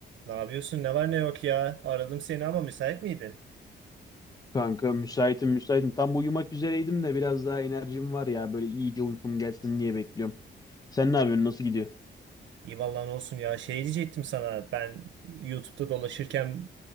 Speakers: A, on the right; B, on the left.
A: Ne yapıyorsun? Ne var ne yok ya? Aradım seni ama müsait miydin?
B: Kanka müsaitim müsaitim. Tam uyumak üzereydim de biraz daha enerjim var ya. Böyle iyice uykum gelsin diye bekliyorum. Sen ne yapıyorsun? Nasıl gidiyor?
A: İyi vallahi ne olsun ya. Şey diyecektim sana. Ben YouTube'da dolaşırken